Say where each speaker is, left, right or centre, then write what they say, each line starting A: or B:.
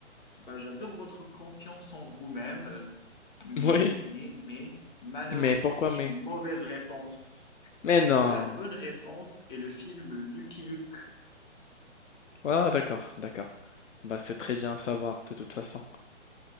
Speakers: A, on the left; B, on the left.
A: Bah, j'adore votre confiance en vous-même, mais,
B: Oui.
A: mais, mais, malheureusement,
B: Mais pourquoi
A: c'est
B: mais?
A: une mauvaise réponse.
B: Mais
A: Parce
B: non.
A: que la bonne réponse est le film Lucky Luke.
B: Ah, d'accord, d'accord. Bah, c'est très bien à savoir, de toute façon.